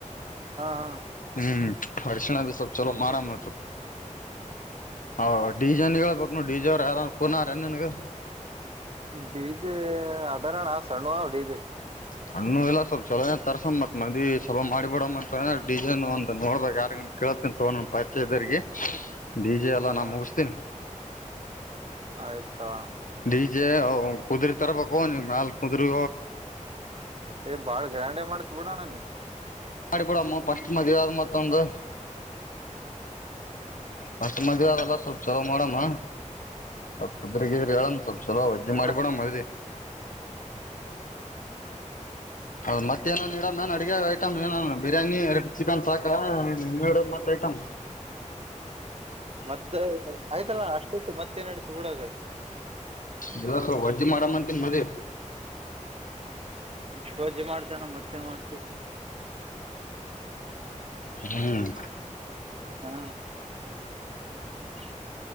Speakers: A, on the right (about 50°); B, on the left (about 85°).
A: ಹಾ ಹಾ
B: ಹ್ಮ್ ಅರಿಸಿನ ಅದು ಸ್ವಲ್ಪ ಛಲೋ ಮಾಡಮ್ಮ ಹಾ ಡಡಿಜೆನ್ ಹೇಳ್ಬೇಕಕ್ ಡಿಜೆ ಅವ ಯಾರ ಕುನ ನನ್ಗ
A: ಡಿಜೆ ಅದರಣ್ಣ ಸಣ್ಣ ಡಿಜೆ
B: ಸಣ್ಣ ಇಲ್ಲ ಸ್ವಲ್ಪ ಚಲೋ ತಸ ಮತ್ ಮಂದಿ ಚಲೋ ಮಾಡಿಬ ಬಿಡಂತ ಡಿಜೆನ್ ಒಂದ ನೋಡ್ಬಕ್ ಯಾರ್ಗನ್ ಕೇಳತನಿ ತೊಗೊಂಡ ಪರೀಚದರಿಗೆ ಡೀಜೆ ಎಲ್ಲಾ ನಾ
A: ಹ
B: ಮುಗಿಸತೇನಿ
A: ಆಯ್ತವ
B: ಡಿಜೆ ಕುದುರೆ ತರಬೇಕು ಮ್ಯಾಲ ಕುದುರೆ
A: ಏ ಬಾಳ್ ಗ್ರ್ಯಾಂಡೆ ಮಾಡ್ತ್ ಬಿಡ್ತಿ ಅಣ್ಣ ನೀ
B: ಮಾಡಬಡಮ್ಮ ಫಸ್ಟ್ ಮದ್ ಆದ್ ಮತ್ತೊಂದು ಬಸ್
A: ಹಾ
B: ಮದುವ
A: ಹಾ
B: ಅದಲ್ಲ ಸ್ವಲ್ಪ ಚಲೋ ಮಾಡಮ್ಮ ಕುದ್ರಗಿದ್ರಿ ಹೇಳನ್ ಸ್ವಲ್ಪ ಚೊಲೋ ವಜ
A: ಅಣ್ಣ
B: ಮಾಡಬಡ ಮಿ
A: ಹ್ಮ
B: ಹಾ ಮತ್ತ ನನ್ ಇಡ ಮನ್ ಅಡಗೆ ಐಟಮ್ ಬಿರಿಯಾನಿ ಎರಡು ಚಿಕನ್ ಸಾಕಾ ಎರಡು ಮತ್ತ ಐಟಮ್
A: ಮತ್ತ ಆಯ್ತಲ್ಲ ಅಷ್ಟ ಇತ್ತು ಮತ್ತೇನ್ಡತಿ ಊಡಾಗ
B: ದಲಸ ವಜ್ಜಿ ಮಾಡ್ ಅಂತೀನ್ ಮದ್ವಿ
A: ಇಷ್ಟು ವರ್ಜೆ ಮಾಡ್ತೇನ ಮತ್ತೇನ್ ಮಾಡ್ತಿ
B: ಹ್ಮ್
A: ಹಾ ಹ